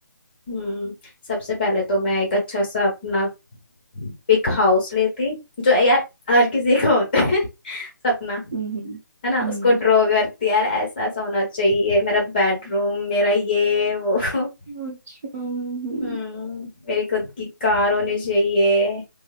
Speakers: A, on the left; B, on the right.
A: हम्म सबसे पहले तो मैं एक अच्छा सा अपना बिग हाउस लेती जो यार हर किसी का होता है <laughs> सपना
B: हम्म
A: है ना
B: हम्म
A: उसको ड्रॉ करती यार ऐसा ऐसा होना चाहिए मेरा बेडरूम मेरा ये वो <laughs>
B: अच्छा हम्म,
A: हम्म मेरी खुद की कार होनी चाहिए